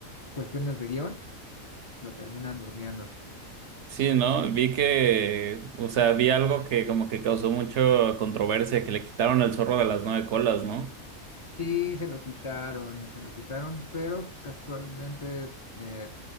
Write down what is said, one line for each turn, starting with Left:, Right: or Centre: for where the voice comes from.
Left: cuestiones de guión lo terminan durmiendo.
Right: Sí, ¿no? Vi que, o sea, vi algo que como que causó mucha controversia, que le quitaron el zorro de las nueve colas, ¿no?
Left: Sí, se lo quitaron, se lo quitaron, pero casualmente eh,